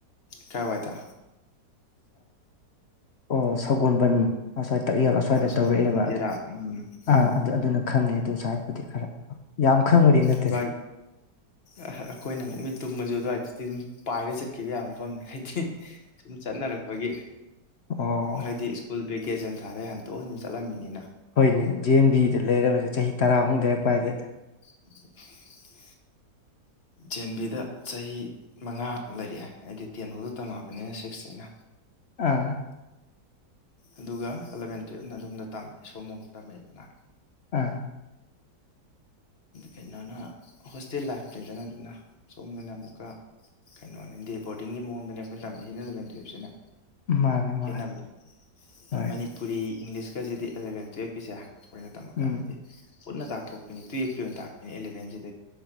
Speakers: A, on the left; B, on the left.
A: ꯀꯥꯏꯋꯥꯥꯏꯗ
B: ꯑꯣ ꯁꯧꯒꯟꯕꯟ ꯑꯁꯥꯢ ꯇꯛꯌꯦꯜ ꯑꯁ꯭ꯋꯥꯏꯗ
A: ꯁꯒꯣꯜꯕꯟ
B: ꯇꯧꯔꯛꯑꯦꯕ
A: ꯇꯦꯔꯥ
B: ꯑꯗꯨ
A: ꯎꯝ ꯎꯝ
B: ꯑꯥ ꯑꯗꯨ ꯑꯗꯨꯅ ꯈꯪꯉꯦ ꯑꯗꯨ ꯁꯥꯢꯗꯄꯨꯗꯤ ꯈꯔ ꯌꯥꯝ ꯈꯪꯕꯗꯤ ꯅꯠꯇꯦꯗ
A: ꯑꯗ꯭ꯋꯥꯏ ꯑꯩꯈꯣꯏꯅ ꯑꯃꯨꯛ ꯃꯤꯠ ꯇꯨꯝꯕꯁꯨ ꯑꯗꯨꯋꯥꯏꯗꯗꯤ ꯑꯗꯨꯝ ꯄꯥꯏꯔꯒ ꯆꯠꯈꯤꯕ ꯌꯥꯝ ꯃꯐꯝꯅꯦ ꯍꯥꯏꯗꯤ ꯁꯨꯝ ꯆꯠꯅꯔꯛꯄꯒꯤ
B: ꯑꯣ
A: ꯍꯥꯏꯗꯤ ꯁ꯭ꯀꯨꯜ ꯕꯦꯛ ꯀꯦꯖꯟ ꯊꯥꯔꯦ ꯍꯟꯇꯣꯛ ꯍꯟꯖꯤꯟ ꯆꯠꯂꯝꯃꯤꯅꯤꯅ
B: ꯍꯣꯏꯅꯦ ꯖꯤ ꯑꯦꯝ ꯕꯤꯗ ꯂꯩꯔꯕꯁꯦ ꯆꯍꯤ ꯇꯔꯥꯃꯨꯛ ꯂꯩꯔꯛꯄ ꯍꯥꯏꯗꯤꯦ
A: <inaudible> ꯖꯦꯟꯕꯤꯗ ꯆꯍꯤ ꯃꯉꯥ ꯂꯩꯔꯛꯑꯦ ꯑꯩꯗꯤ ꯇꯦꯟꯐꯥꯎꯗ ꯇꯝꯃꯑꯕꯅꯤꯅ ꯁꯤꯛꯁꯇꯩꯅ
B: ꯑꯥ
A: ꯑꯗꯨꯒ ꯑꯦꯂꯚꯦꯟ ꯇꯨꯌꯦꯜꯞꯅ ꯑꯗꯣꯝꯗ ꯁꯣꯝꯗ ꯑꯃꯨꯛ ꯇꯝꯃꯛꯑꯦꯗꯅ
B: ꯑꯥ
A: ꯀꯩꯅꯣꯅ ꯍꯣꯁꯇꯦꯜ ꯂꯥꯏꯐꯅꯤꯗꯅ ꯑꯗꯨꯅ ꯁꯣꯝꯗꯅ ꯑꯃꯨꯛꯀ ꯀꯩꯅꯣꯅꯦ ꯗꯦ ꯕꯣꯔꯗꯤꯡꯒꯤ ꯃꯑꯣꯡꯗꯅꯦ ꯑꯩꯈꯣꯏ ꯇꯝꯃꯛꯏꯁꯦ ꯑꯦꯂꯚꯦꯟ ꯇꯨꯌꯦꯜꯞ ꯁꯤꯅ
B: ꯃꯥꯅꯦ ꯃꯥꯅꯦ
A: ꯈꯦꯅꯕꯗꯣ
B: ꯍꯣꯏ
A: ꯃꯅꯤꯄꯨꯔꯤ ꯏꯪꯂꯤꯁꯀꯁꯤꯗꯤ ꯑꯦꯂꯕꯦꯟ ꯇꯨꯌꯦꯜꯞꯀꯤꯁꯦ ꯑꯩꯈꯣꯏꯅ ꯇꯝꯃ
B: ꯎꯝ
A: ꯀꯥꯟꯗꯗꯤ ꯄꯨꯟꯅ ꯇꯥꯛ ꯊꯣꯛꯄꯤꯅꯦ ꯇꯨꯌꯦꯜꯞꯀꯤ ꯑꯣꯏꯅ ꯇꯥꯛꯄꯤꯅꯦ ꯑꯦꯂꯕꯦꯟꯁꯤꯗ